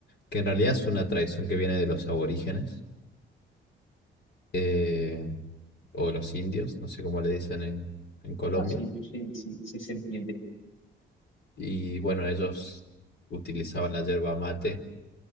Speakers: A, on the left (about 60°); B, on the left (about 85°).
A: que en realidad es una tradición que viene de los aborígenes, eh, o los indios, no sé cómo le dicen en en Colombia.
B: No, sí, pues sí, sí, sí se entiende.
A: Y bueno, ellos utilizaban la yerba mate,